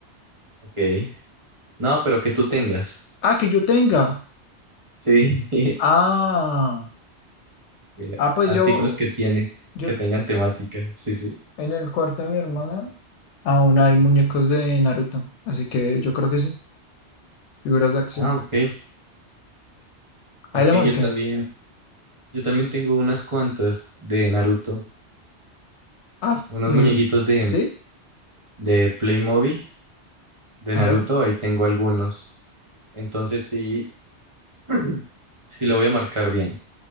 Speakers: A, on the right; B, on the left.
A: ok. No, pero que tú tengas.
B: Ah, que yo tenga.
A: Sí, <laughs>
B: Ah,
A: mira,
B: ah, pues
A: artículos
B: yo,
A: que tienes,
B: yo
A: que tengan temática. Sí, sí.
B: en el cuarto de mi hermana. Aún hay muñecos de Naruto, así que yo creo que sí, figuras de acción.
A: Ah, ok.
B: Ahí
A: Ok,
B: la marqué.
A: yo también, yo también tengo unas cuantas de Naruto,
B: Ah, f-
A: unos
B: mire,
A: muñequitos de,
B: ¿sí?
A: de Playmobil de
B: A
A: Naruto,
B: ver,
A: ahí tengo algunos. Entonces sí, <clears throat> sí lo voy a marcar bien.